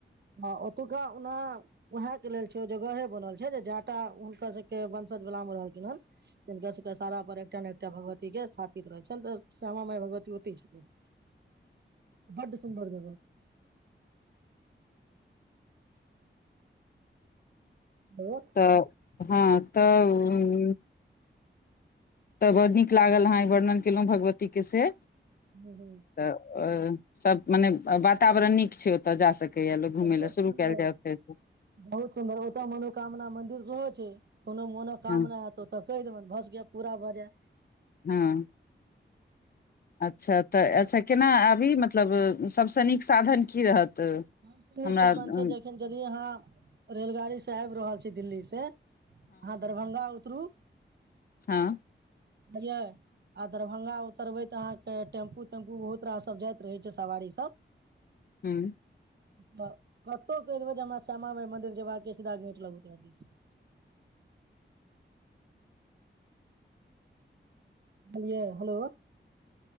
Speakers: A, on the right; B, on the left.
A: हँ ओतुका ओना उएह के लेल छै ओ जगहे बनल छै जेटा हुनका सबके बन मे रहलखिन हन जिनका सारा पर एकटा ने एकटा भगवती के स्थापित रहै छै ने तऽ श्यामा मााय भगवती ओते छथिन बड सुंदर जगह
B: <inaudible>
A: ओ
B: तऽ हँ तऽ इ तऽ बड़ नीक लागल आहा वर्णन केलहुँ भगवतीके से
A: हूँ हूँ
B: तऽ सभ मने वातावरण नीक छै ओतय जा सकै य लोग
A: बहुत
B: घुमै ल शुरू
A: सुन्दर
B: कएल जै ओतय स
A: बहुत सुन्दर ओतऽ मनोकामना मंन्दिर सेहो छै कोनो मनोकामना
B: हँ
A: हैत ओतऽ कहि देबनि भ पूरा भय जाय
B: हाँ अच्छा तऽ अच्छा केना आबी मतलब सबसे नीक साधन की रहत
A: सबसे नीक
B: हमरा
A: साधन
B: अ,
A: छै जखन यदि अहाँ रेलगाड़ी से आबि रहल छी दिल्ली से आहाॅं दरभंगा उतरू
B: हाँ
A: बढ़ियाॅं आ दरभंगा उतरबै तऽ अहाँके टेम्पू तेम्पू बहुत रास सब जाइत रहै छै सवारी सब
B: हू
A: तऽ कतहु कहि देबै जे हमरा श्यामा माइ मन्दिर जयबाके ये सीधा गेट लग उतार देत
B: <inaudible>
A: बुझलिये हेलो